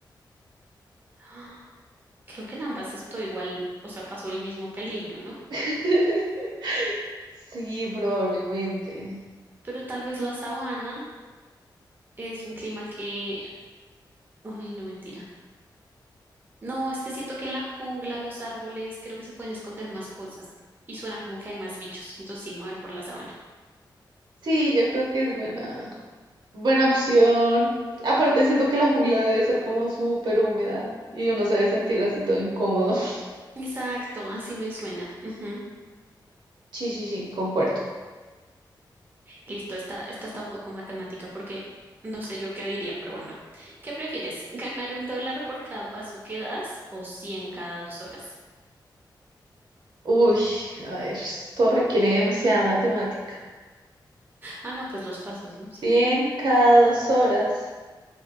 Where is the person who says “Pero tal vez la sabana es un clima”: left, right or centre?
Right